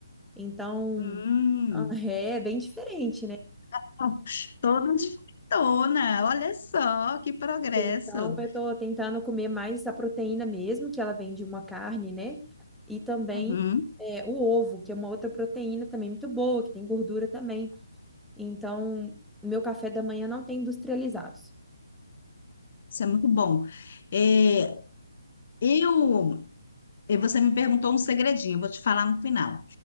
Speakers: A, in the centre; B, on the left.
A: então
B: Hum,
A: <laughs> ah, é bem diferente, né?
B: <laughs> toda diferentona, olha só que progresso.
A: Então, eu tô tentando comer mais a proteína mesmo, que ela vem de uma carne, né? E também
B: Uhum.
A: é, o ovo, que é uma outra proteína também muito boa, que tem gordura também. Então, meu café da manhã não tem industrializados.
B: Isso é muito bom. É, eu, eh, você me perguntou um segredinho, eu vou te falar no final.